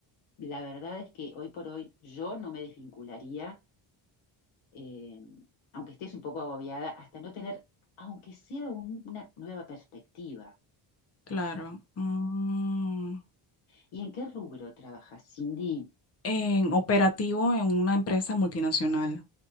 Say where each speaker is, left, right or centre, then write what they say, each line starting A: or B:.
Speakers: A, on the left; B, on the left.
A: la verdad es que hoy por hoy yo no me desvincularía eh, aunque estés un poco agobiada, hasta no tener, aunque sea un- una nueva perspectiva.
B: claro. Mm.
A: ¿Y en qué rubro trabajas, Cindy?
B: En operativo en una empresa multinacional.